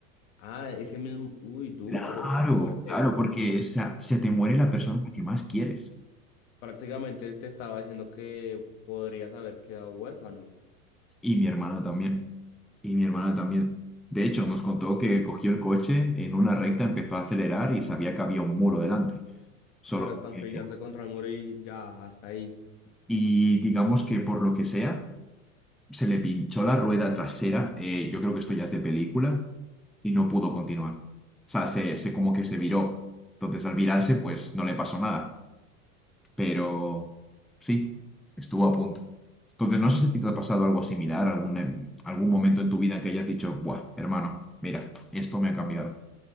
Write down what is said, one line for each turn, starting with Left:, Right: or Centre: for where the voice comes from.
Left: Ah, ese mismo... Uy, duro,
Centre: Claro,
Left: fuerte,
Centre: claro,
Left: fuerte.
Centre: porque se, se te muere la persona
Left: Pues,
Centre: que más quieres.
Left: prácticamente te estaba diciendo que podrías haber quedado huérfano
Centre: Y mi hermana también. Y mi hermana también. De hecho, nos contó que cogió el coche, en una recta empezó a acelerar y sabía que había un muro delante. Solo
Left: para estampillarse
Centre: que-
Left: contra el muro y ya, hasta ahí.
Centre: Y digamos que por lo que sea, se le pinchó la rueda trasera. eh, yo creo que esto ya es de película. Y no pudo continuar. O sea, se, se como que se viró. Entonces, al virarse, pues no le pasó nada. pero sí, estuvo a punto. Entonces, no sé si a ti te ha pasado algo similar, algún, em, algún momento en tu vida que hayas dicho, buah, hermano, mira, esto me ha cambiado.